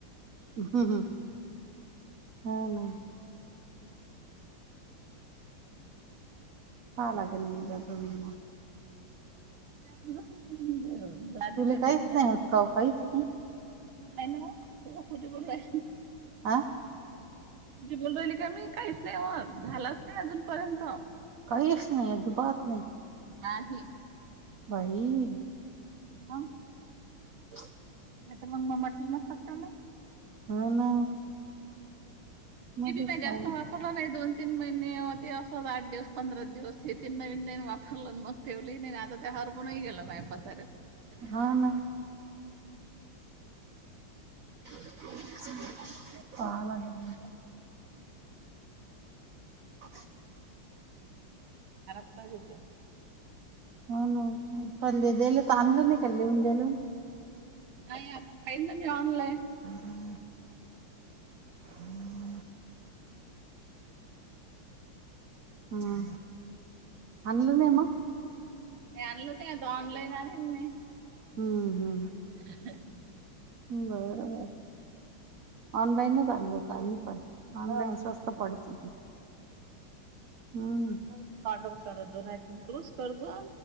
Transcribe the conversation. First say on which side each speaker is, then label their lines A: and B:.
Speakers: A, on the right; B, on the right.
A: ह, ह हो ना पा लाग नाही द दो
B: नाही जा दिशी
A: तुले काहीच
B: होत नाही
A: का ओ काहीच नाही
B: नाही न त फुध न
A: आ
B: तूचि बोल राहिली का मी काहीच नाही हो झालाच नाही अजून पर्यंत
A: काहीच नाही अजुबात नाही
B: नाही
A: बाई
B: मग
A: हो
B: म तर मग ममटला नसत कळत
A: हा ना मध्येच
B: ते म जास्त
A: खाऊन
B: ह ला नाही दोन तीन महिने होती अस आठ दिवस पंधरा दिवस हे तीन नवीन नन हलं मग ठेवलंही नाही आता ते हरबूनही गेलं माया पसाऱ्यात
A: हा ना ह हां
B: घरातलं हो ते
A: हो ना पल दल तर आणलं नाही लिऊन द्याल
B: नाहीय आता पाहीन ना मी ऑनलाईन
A: हम् हम् ह अनलं नाही म
B: आनलं नाही ऑनलाईनआहे न मी
A: हम् ह
B: ह, ह
A: बरंबर ऑनलाईनच आणलं होत आम्ही पण
B: हां.
A: ऑनलाईन स्वस्त पडत हम्म
B: ऑनलाईनच ऑर्डर करा दो नाही तून रुस्तो